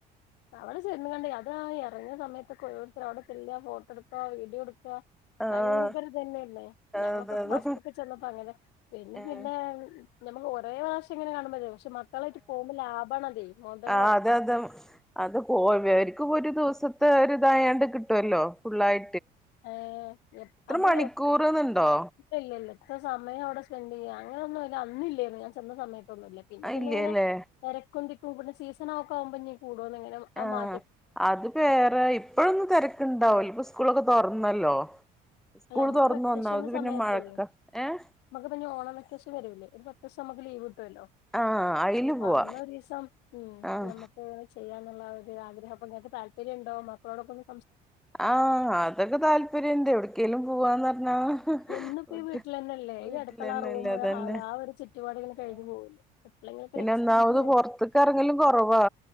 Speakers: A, on the left (about 85°); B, in the centre.
A: അവട ചെന്നുങ്ങാണ്ടി അത് ആ ഇറങ്ങിയ സമയത്തൊക്കെ ഓരോരുത്തര് അവിടെ ചെല്ല ഫോട്ടോ എടുക്ക വീഡിയോ എടു <unintelligible>
B: ആഹ്
A: ഭയങ്കരതന്നെല്ലേ ഞങ്ങളൊക്കെ
B: അതെ അതെ
A: ഫസ്റ്റൊക്കെ ചെന്നപ്പോ അങ്ങനെ പിന്നെ
B: ആഹ്
A: പിന്നെ ഞമ്മക്ക് ഒരേ പ്രാവശ്യം ഇങ്ങനെ കാണുമ്പഴേ പക്ഷെ മക്കളായിട്ട് പോകുമ്പം ലാഭാണതേ മോതലാവും.
B: ആഹ് അതെ അതെ അത് <unintelligible> ഇവര്ക്കും ഒരു ദിവസത്തെ ഒരിതായാണ്ട് കിട്ടുവല്ലോ ഫുള്ളായി
A: ഏ അത്
B: മണിക്കൂർന്നുണ്ടോ
A: ഇല്ലല്ല ഇത്ര സമയം അവിടെ സ്പെൻ ടെയാ അങ്ങനൊന്നും അയല് അന്നില്ലേര്ന്നു. ഞാൻ ചെന്ന സമയത്തൊന്നു ഇല്ല പിന്ന
B: അത്
A: പിന്ന
B: ഇല്ലല്ലേ
A: ഇങ്ങനെ തിരക്കും തിക്കും പിന്നെ സീസ സണക്കാമ്പോ ഇനി കൂടോന്നെങ്ങനെ ആ
B: ആഹ്
A: മാ
B: അത് പേറെ ഇപ്പഴൊന്നും തിരക്കുണ്ടാവൂല ഇപ്പ സ്കൂളൊക്കെ തൊറന്നല്ലോ സ്കൂൾ
A: അല്ല നമ്മക്ക്
B: തുറന്ന്
A: വെക്കേഷന്റെ
B: ഒന്നാമത് പിന്നെ
A: സമയത്തേ
B: മഴക്ക ഏഹ്
A: നമുക്ക് പിന്നെ ഓണം വെക്കേഷൻ വരൂല്ലേ ഒരു പത്തൂസമ്മക്ക് ലീവ് കിട്ടു വല്ലോ
B: ആഹ് അയില്
A: അപ്പൊ
B: പോവാ
A: അന്നരീസം ഉം
B: ആഹ്
A: ഞമ്മക് ചെയ്യാ എന്നുള്ള ഒരു ആഗ്രഹ അപ്പൊങ്ങക്ക് താല്പര്യണ്ടോ മക്കളോടൊക്കൊന്ന്
B: ആ അതൊക്കെ താല്പര്യണ്ട് എവിട് ക്കെലും പോവാന്ന് പറഞ്ഞാ
A: എന്നുപ്പ
B: വീട്ട്
A: ഈ വീട്ടിലന്നെല്ലേ
B: വീട്ടിലന്നെ
A: ഈ അടുക്കള റൂമ്
B: ല്ലേ അതന്നെ
A: ഹാള് ആ ഒരു ചുറ്റുപാടിങ്ങനെ കഴിഞ്ഞു
B: ആ
A: പോവല്ലേ എപ്പളെങ്കിലൊക്കെ
B: പിന്നെ
A: ഒരു എക്സ്പീരിയൻസ്
B: ഒന്നാമത്
A: വേണം
B: പൊർത്ത്ക്ക് എറങ്ങലും കൊറവാ